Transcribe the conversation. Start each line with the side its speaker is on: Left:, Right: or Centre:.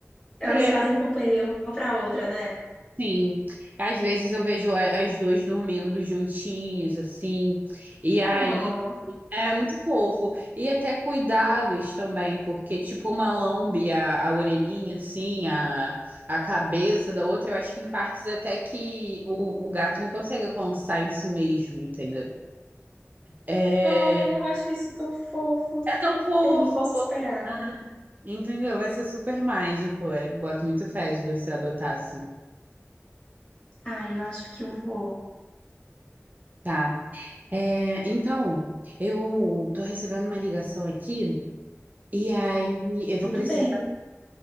Left: Elas
Right: problema,
Left: fazem companhia uma para outra, né?
Right: sim. Às vezes eu vejo a- as duas dormindo juntinhas, assim, e aí
Left: Oh,
Right: é muito fofo. E até cuidados também, porque tipo uma lambe a, a orelhinha, assim, a, a cabeça da outra, eu acho que em partes até que o, o gato não consegue alcançar em si mesmo, entendeu? É,
Left: ai, eu acho isso tão fofo.
Right: é tão fofo.
Left: Eu não posso esperar.
Right: Ah, entendeu? Vai ser super mágico, é. Boto muito fé de você adotar, assim.
Left: Ai, eu acho que eu vou.
Right: Tá. É, então, eu tô recebendo uma ligação aqui e aí eu
Left: Tudo
Right: vou precisar.
Left: bem,